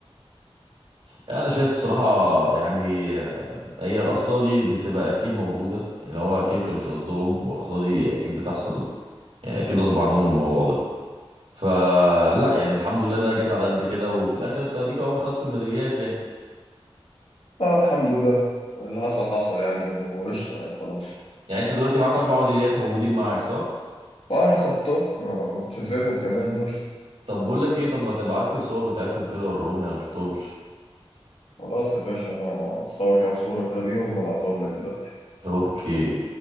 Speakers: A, on the right (about 75°); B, on the left (about 75°).
A: يعني انا شايف صراحه يعني آه، هي الاخطاء دي بتبقى اكيد موجوده يعني هو اكيد كانوش قصدهم والاخطاء دي اكيد بتحصل يعني اكيد غصب عنهم الموضوع ده فلا يعني الحمد لله إن انا جيت على قد كده وفي الاخر انت اديك اهو خدتوا الميداليات يعني
B: اه الحمد لله اللي حصل حصل يعني وقشطة يعني خلاص
A: يعني انت دلوقتي معاك اربع ميداليات موجودين معاك صح
B: فأنا خدته ما كنتش هسيبهم كمان دول
A: طب بقول لك ايه طب ما تبعت لي الصور بتاعتهم كده وريهم لي انا شفتهمش
B: خلاص يا باشا أنا بصور كام صورة كده بيهم وبعتهم لك دلوقتي
A: اوكي